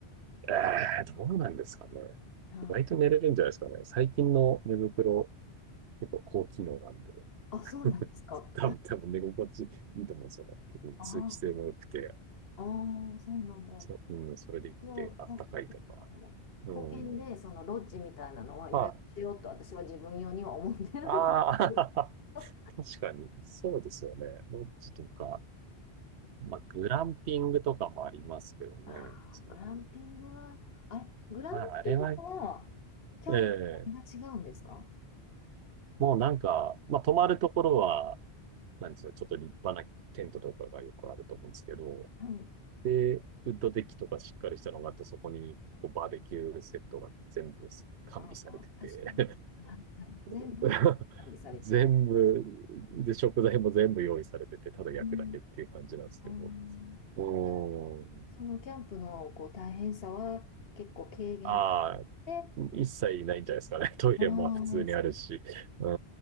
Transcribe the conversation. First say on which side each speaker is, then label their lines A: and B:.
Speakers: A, on the right; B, on the left.
A: えー、どうなんですかね。
B: はい。
A: 意外と寝れるんじゃないですかね。最近の寝袋、結構高機能なんで。
B: あ、そうなんですか。
A: <laughs> 多分、多分寝心地いいと思うんですよね。結構通気性も良くて、
B: ああ、ああ、そうなんだ。
A: そう、うん、それでいってあったかいとか。
B: 一応、ほそっか
A: う
B: 保険でそのロッジみたいなのは予約しようと私は自分用には思ってるんですけど。
A: ん。まあ、ああ、
B: <laughs>
A: <laughs> 確かに、そうですよね。ロッジとか、まあ、グランピングとかもありますけどね。
B: ああ、
A: 最近
B: グランピングは、あれ、グランピングは、
A: まあ、あれは、
B: キャンプと何が違うんですか
A: ええもうなんか、まあ、泊まるところは、なんですか、ちょっと立派なテントとかがよくあると思うんですけど、
B: はい。
A: で、ウッドデッキとかしっかりしたのがあって、そこにこうバーベキューセットが全部完備されてて、
B: ああ、確かに。はい、はい全部完備されてるってやつ。
A: <laughs> 全部、で、食材も全部用意されてて、ただ焼くだけっていう感じなんですけど、
B: うん。ああ。
A: うん。
B: でそのキャンプのこう大変さは結構軽減し
A: ああ、
B: て、
A: 一切ないんじゃないですかね。<laughs> トイレも普通にあるし。
B: ああ、
A: う